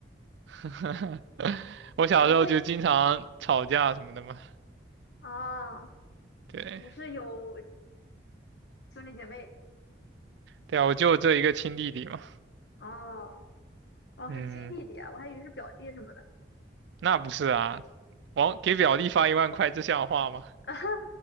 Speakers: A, on the right; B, on the left.
A: <laughs> 我小时候就经常吵架什么的嘛，
B: 你会哦，
A: 对
B: 你是有兄弟姐妹？
A: 对啊，我就这一个亲弟弟嘛，
B: 哦，哦，
A: 嗯，
B: 是亲弟弟啊，我还以为是表弟什么的。
A: 那不是啊，往给表弟发一万块，这像话吗？
B: <laughs>